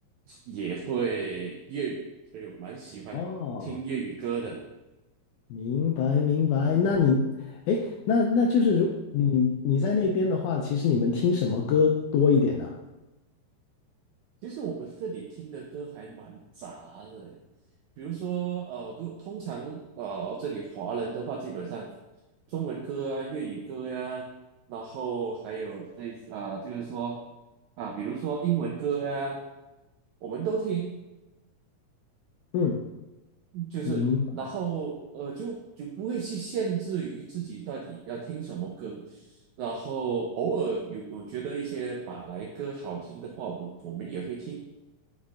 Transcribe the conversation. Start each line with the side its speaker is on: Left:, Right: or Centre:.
Right: 也会粤语，所以我蛮喜欢听粤语歌的。
Left: 哦，明白明白。那你，哎，那那就是如你你在那边的话，其实你们听什么歌多一点呢？
Right: 其实我们这里听的歌还蛮杂的诶，比如说呃，都通常呃，这里华人的话，基本上中文歌啊、粤语歌呀、然后还有那啊、就是说啊，比如说英文歌呀、我们都听，
Left: 嗯，
Right: 就是然后呃，
Left: 明白
Right: 就就不会去限制于自己到底要听什么歌，然后偶尔有有觉得一些马来歌好听的话，我们我们也会听。